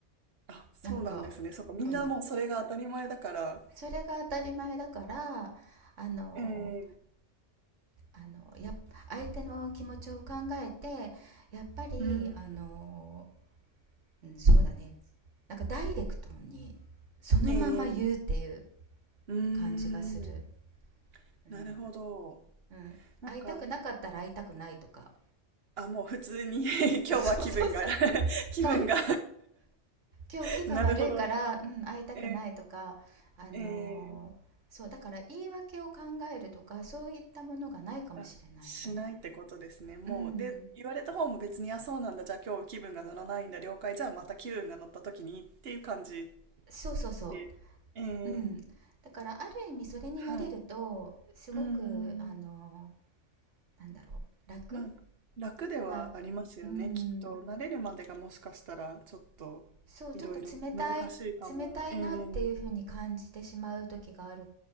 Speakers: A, on the right (about 55°); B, on the right (about 80°).
A: あ、そうなんですね。
B: なんか
A: そっか、みんなもうそれが当たり前だから。
B: うんそれが当たり前だからあの
A: ええ
B: あのや相手の気持ちを考えてやっぱりあの、
A: うん、
B: うん、そうだねなんかダイレクトにそのまま言うっていう
A: ええうーん、
B: 感じがする、うん、
A: なるほど。
B: うん、
A: なんか、
B: 会いたくなかったら会いたくないとか
A: あ、もう普通に
B: <laughs>
A: <laughs> 今日は気分が
B: そうそうそう
A: <laughs> 気分が
B: そう今日気分悪いから、
A: <laughs> なるほど。
B: うん、会いたくないとかあのーそうだから言い訳を考えるとかそういったものがないかもしれないね
A: ええええあ、しないってことですね。もう、
B: うん
A: で、言われた方も別に、あ、そうなんだ。じゃあ今日気分が乗らないんだ。了解。じゃあまた気分が乗った時にっていう感じ
B: そうそうそ
A: で。ええ
B: ううんだからある意味それになれるとすごくあの
A: はい。うーん。
B: ーなんだろう楽
A: まあ、楽ではありますよね、
B: なうん
A: きっと。慣れるまでがもしかしたら、ちょっと、
B: そう、
A: いろいろ難しいかも。
B: ちょっと冷たい、冷たいなっていう風に感じてしまう時がある
A: ええ